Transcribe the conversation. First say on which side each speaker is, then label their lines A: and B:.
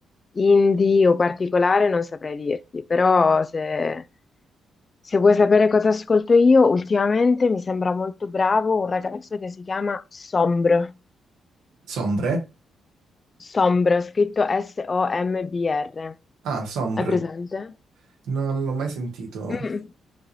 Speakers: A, on the left; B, on the right.
A: indie o particolare non saprei dirti, però se, se vuoi sapere cosa ascolto io, ultimamente mi sembra molto bravo un ragazzo che si chiama Sombr.
B: Sombre?
A: Sombra, scritto S-O-M-B-R.
B: Ah, Sombre.
A: Hai presente?
B: Non l'ho mai sentito.
A: Mm.